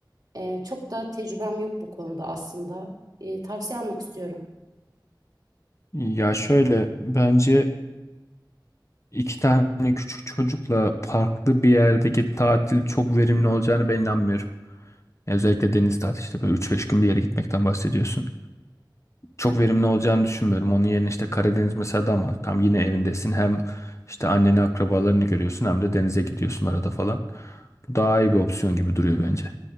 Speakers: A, on the right (about 55°); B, on the left (about 40°).
A: Ee, çok da tecrübem yok bu konuda aslında. Ee, tavsiye almak istiyorum.
B: Ya şöyle bence iki tane küçük çocukla farklı bir yerdeki tatil çok verimli olacağını ben inanmıyorum. Ya Özellikle deniz tatili işte böyle üç beş gün bir yere gitmekten bahsediyorsun. Çok verimli olacağını düşünmüyorum. Onun yerine işte Karadeniz mesela da ama tam yine evindesin. Hem işte anneni akrabalarını görüyorsun hem de denize gidiyorsun arada falan. Bu daha iyi bir opsiyon gibi duruyor bence.